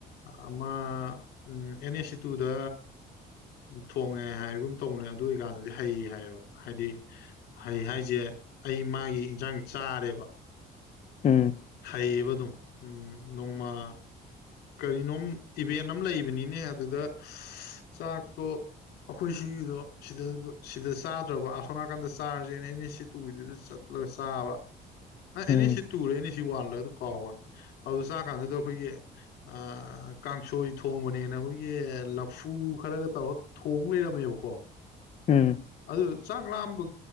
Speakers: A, on the left; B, on the left.
A: ꯑꯃ ꯎꯝ ꯑꯦꯟ ꯑꯦꯁ ꯁꯤ ꯇꯨꯗ ꯊꯣꯡꯉꯦ ꯍꯥꯏꯕꯒꯨꯝ ꯇꯧꯅꯦ ꯑꯗꯨ ꯑꯣꯏꯀꯥꯟꯗꯨꯗꯤ ꯍꯩ ꯍꯥꯏꯌꯦꯕ ꯍꯥꯏꯗꯤ ꯍꯩ ꯍꯥꯏꯁꯦ ꯑꯩ ꯃꯥꯒꯤ ꯏꯟꯁꯥꯡ ꯆꯥꯔꯦꯕ
B: ꯎꯝ
A: ꯂꯩꯌꯦꯕ ꯑꯗꯨꯝ ꯎꯝ ꯅꯣꯡꯃ ꯀꯔꯤꯅꯣꯝ ꯏꯚꯦꯟ ꯑꯃ ꯂꯩꯕꯅꯤꯅꯦ ꯑꯗꯨꯗ ꯆꯥꯛꯇꯣ ꯑꯩꯈꯣꯏ ꯁꯤꯒꯤꯗꯣ ꯁꯤꯗ ꯁꯤꯗ ꯆꯥꯗ꯭ꯔꯕ ꯑꯁꯣꯝ ꯅꯥꯀꯟꯗ ꯆꯥꯔꯁꯅ ꯑꯦꯟ ꯑꯦꯁ ꯁꯤ ꯇꯨꯒꯤꯗꯨ ꯆ ꯁꯥꯥꯕ ꯑꯦꯅꯤꯁꯤ
B: ꯎꯝ
A: ꯇꯨꯔꯦ ꯑꯦꯅꯤꯁꯤ ꯋꯥꯟꯂ ꯑꯗꯨ ꯀꯥꯎꯈꯧꯔꯦ ꯀꯥꯎꯗ ꯆꯥꯛ ꯀꯥꯟꯗꯨꯗ ꯑꯩꯈꯣꯏꯒꯤ ꯑ ꯀꯥꯡꯁꯣꯏ ꯊꯣꯡꯕꯅꯦꯅ ꯑꯩꯈꯣꯏꯒꯤ ꯂꯐꯨ ꯈꯔꯒ ꯇꯧꯔ ꯊꯣꯡ ꯂꯩꯔꯝꯃꯦꯕꯀꯣ
B: ꯎꯝ
A: ꯑꯗꯨ ꯆꯥ ꯀꯂꯥꯝꯕ